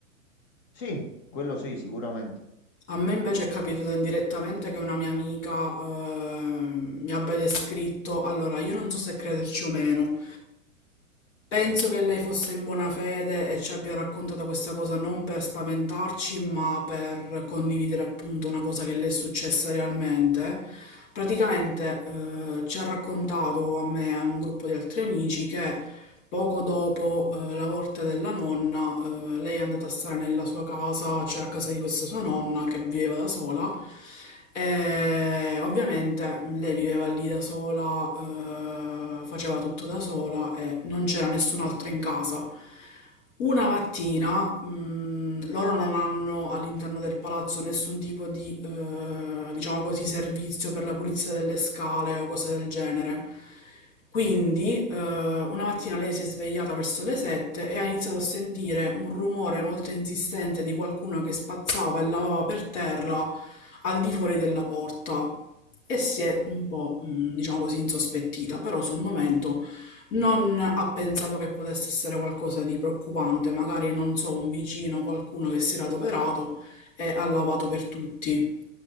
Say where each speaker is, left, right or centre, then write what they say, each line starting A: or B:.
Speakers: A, on the left (about 40°); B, on the left (about 55°).
A: Sì, quello sì, sicuramente.
B: A me invece è capitato indirettamente che una mia amica eh, mi abbia descritto, allora io non so se crederci o meno, Penso che lei fosse in buona fede e ci abbia raccontato questa cosa non per spaventarci, ma per condividere appunto una cosa che le è successa realmente. Praticamente, eh, ci ha raccontato a me e a un gruppo di altri amici che poco dopo, eh, la morte della nonna, eh, lei è andata a stare nella sua casa, cioè a casa di questa sua nonna che viveva da sola. E ovviamente mm, lei viveva lì da sola, eh, faceva tutto da sola e non c'era nessun'altra in casa. Una mattina, mh, loro non hanno all'interno del palazzo nessun tipo di, eh, diciamo così, servizio per la pulizia delle scale o cose del genere. Quindi, eh, una mattina lei si è svegliata verso le sette e ha iniziato a sentire un rumore molto insistente di qualcuno che spazzava e lavava per terra al di fuori della porta e si è un po', mh, diciamo così, insospettita, però sul momento non ha pensato che potesse essere qualcosa di preoccupante, magari non so, un vicino, qualcuno che si era adoperato e ha lavato per tutti.